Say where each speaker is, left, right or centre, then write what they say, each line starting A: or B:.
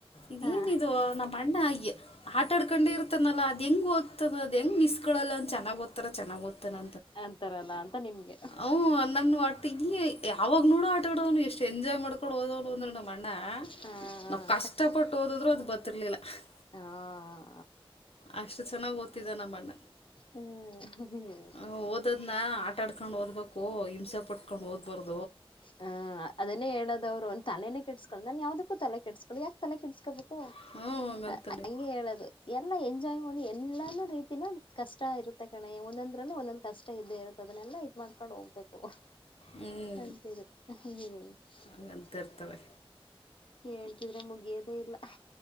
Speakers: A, on the left; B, on the left.
A: ಇದೇನಿದು
B: ಹಾ
A: ನಮ್ಮ ಅಣ್ಣ ಹಾಗಿ ಆಟ ಆಡ್ಕೊಂಡೆ ಇರ್ತಾನಲ್ಲ ಅದೆಂಗ್ ಓದ್ತದ. ಅದ ಹೆಂಗ್ ಬೆಸ್ಕಳ ಅವನು ಚೆನ್ನಾಗಿ ಹೋದತಾನೆ ಚೆನ್ನಗಿ ಹೋದತಾನೆ.
B: ಅಂತಾರಲ್ಲ ಅಂತ ನಿಮ್ಗೆ
A: ಹ್ಮ್, ನನ್ನ ಆ ಈ ಯಾವಾಗ ನೋಡೋ ಆಟ ಆಡವನು. ಎಷ್ಟು ಎಂಜಾಯ್ ಮಾಡ್ಕೊಂಡು ಓದ ಅಂದ್ರೆ ನಮ್ಮ ಅಣ್ಣ.
B: ಹ
A: ನಾವು ಕಷ್ಟಪಟ್ಟ ಓದಿದ್ರು ಅದು ಬತ್ತ ಬರ್ತಿರಲಿಲ್ಲ <unintelligible>
B: ಹಾ,,
A: ಅಷ್ಟು ಚೆನ್ನಾಗ್ ಓದ್ತಿದ್ದ ನಮ್ಮ ಅಣ್ಣ.
B: ಹ್ಮ್
A: ಹ, ಓದದ್ನ ಆಟ ಆಡ್ಕೊಂಡ್ ಓದ್ಬೇಕು ಹಿಂಸೆ ಪಟ್ಕೊಂಡ್ ಹೋದಬಾರ್ದು.
B: ಹ, ಅದನ್ನೇ ಹೇಳೋದು ಅವರು ತಲೇನೆ ಕೆಡ್ಸಗೊಳ್ಳಲ್ಲ. ನಾನ್ ಯಾವ್ದಕ್ಕೂ ತಲೆ ಕೆಡ್ಸಗೋಳಲ್ಲ ಯಾಕೆ ತಲೆ ಕೆಟ್ಸ್ಕೋಬೇಕು. ಓ <unintelligible>
A: ಹ್ಞೂ ಹಂಗಂತಾನೆ
B: ಹೋ ಹಂಗೆ ಹೇಳುದು ಎಲ್ಲ- ಹೋ <unintelligible> ಎಲ್ಲಾನು ರೀತಿನ ಕಷ್ಟ ಇರುತ್ತೆ ಕಣೆ. ಒಂದೊಂದ್ರಲ್ಲಿ ಒಂದೊಂದ್ ಕಷ್ಟ ಇದ್ದೇ ಇರುತ್ತೆ ಅದನ್ನೆಲ್ಲಾ- ಅನ ಸರಿಸ್ಕೊಂಡು ಹೋಗ್ಬೇಕು.
A: ಹ್ಮ್,
B: ಅಂತಿದ್ರು ಹೂ <unintelligible>
A: ಹಾಗಂತ ಇರ್ತವೆ <unintelligible>
B: ಹೇಳ್ತಿದ್ರೆ ಮುಗಿಯೋದೇ ಇಲ್ಲ.